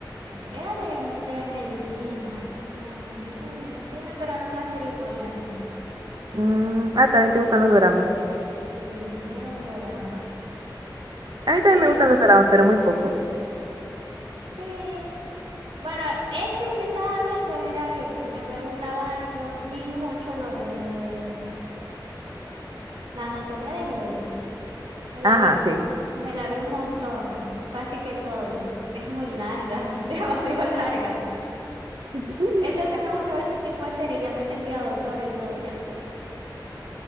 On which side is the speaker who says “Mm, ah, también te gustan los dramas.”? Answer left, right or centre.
Right